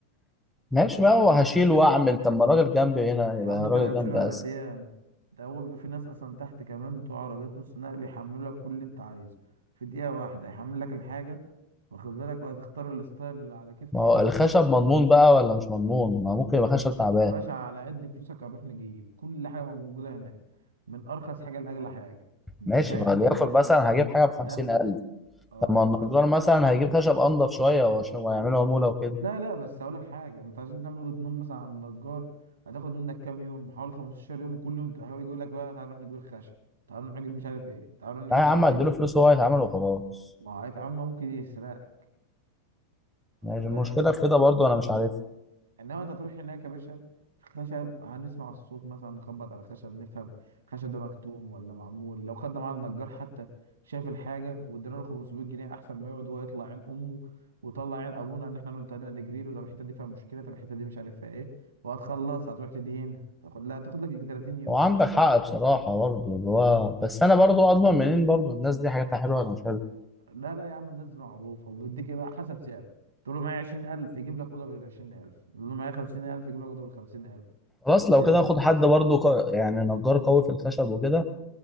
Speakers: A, in the centre; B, on the right.
A: ماشي بقى وهشيل واعمل طب ما الراجل جنبي هنا يبقى
B: يا عم
A: الراجل
B: انت لو هتشيله
A: جنبي
B: العتيه
A: اسهل
B: ده هو بيبقى في ناس اصلا تحت كمان بتوع عربيات نص نقل بيحملوا لك كل اللي انت عايزه في دقيقه واحده يحمل لك الحاجه واخد بالك وهتختار الستايل اللي على كيف كيفك
A: ما هو الخشب مضمون بقى ولا مش مضمون ما ممكن يبقى خشب تعبان
B: يا باشا على قد فلوسك هنروح نجيب كل حاجه موجوده هناك من ارخص حاجه لاغلى حاجه انت
A: ماشي
B: فاهم
A: ما ليكن مثلا هجيب حاجه ب 50000
B: لا اه
A: طب ما النجار
B: مثلا
A: مثلا هيجيب خشب انضف شويه وعشان- وهيعملوا عموله وكده
B: لا لا بس هقول لك حاجه انت عشان تعمل اوضه نوم مثلا عند نجار هتاخد منك كام يوم حوالي 15 يوم وكل يوم هو يجي يقول لك بقى تعال نروح نجيب الخشب تعال نروح نجيب مش عارف ايه تعال نروح نجيب
A: لا
B: مش
A: يا عم
B: عارف
A: هديله
B: ايه
A: فلوس وهو هيتعمل وخلاص
B: ما هو عمل ممكن يسرقك
A: يعني
B: انت
A: المشكله
B: فاهم
A: في كده برضو انا مش عارف
B: انما انت تروح هناك يا باشا خشب هنسمع الصوت مثلا نخبط على خشب نفهم خشب ده مكتوم ولا معمول لو خدنا معانا النجار حتى شاف الحاجه وادينا له 500 جنيه احسن ما يقعد هو يطلع عين امه وطلع عين ابونا ان احنا نبتدي نجري له طب الحته دي فيها مشكله طب الحته دي مش عارف فيها ايه وهتخلص هتروح تدهن هتاخد لا تاخد لك 30 يوم
A: هو عندك حق بصراحه برضو اللي هو بس انا برضو اضمن منين برضو الناس دي حاجاتها حلوه ولا مش حلوه
B: لا لا يا عم الناس دي معروفه وبيديك ايه بقى حسب سعر تقول له معايا 20000 يجيب لك اوضه بال 20000 تقول له معايا 50000 يجيب لك اوضه بال 50000
A: خلاص لو
B: فاهم
A: كده اخد حد برضو ق- يعني نجار قوي في الخشب وكده